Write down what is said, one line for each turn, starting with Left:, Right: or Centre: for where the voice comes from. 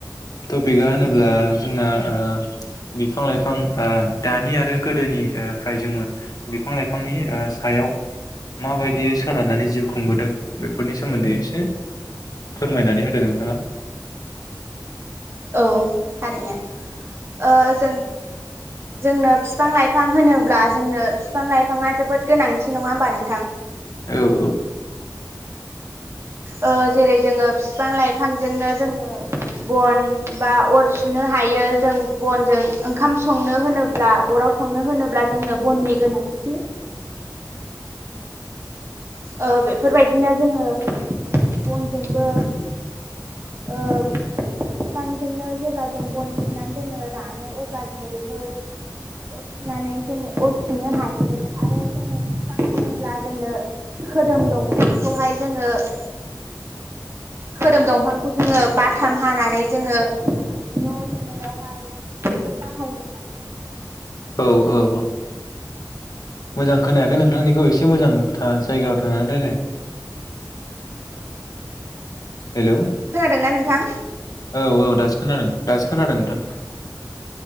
Left: टपिकआ होनोब्ला जोंना आ बिफां लाइफां आ दानि आरो गोदोनिफ्राय जोङो बिफां लाइफांनि आ सायाव माबायदि सोनारनानै जिउ खुंबोदों बेफोरनि सोमोन्दै एसे फोरमायनानै हो दों नोंथाङा
Right: औ थारैनो ओ जों जोंनो बिफां-लाइफां होनोब्ला जोंनो बिफां लाइफाङा जोबोद गोनांथि नङा होमबा नों
Left: औ औ
Right: ओ जेरै जोङो बिफां लाइफांजोंनो जोङो बन बा अर सुनो हायो जों बनजों खाम संनो होनोब्ला अराव संनो होनोब्ला जोंनो बननि गोनांथि ओ बेफोरबायदिनो जोङो बनजोंबो ओ बिफांजोंनो जेब्ला जों बन सिनानै दोनो - जानो अब्ला जोङो बेफोर अर सुनानै जों अर सुनो हायो । आरो जोङो बिफां होनोब्ला जोंनो खोदोम दंफां। खौहाय जोङोथ खदोम दंफांखौ जोङो बाथाम हानानै जोङो न' लुनायावहाय बेखौ बाहायनो हायो आरो नोंथां।
Left: औ औ औ मोजां
Right: जेरै
Left: खोनायाखै
Right: जोङो
Left: नोंथांनिखौ एसे मोजां था जायगायाव थांनानै रायलाय। हेलौ
Right: खोनादोंना नों थां
Left: औ औ दासो खोनादों दासो खोनादों नोंथां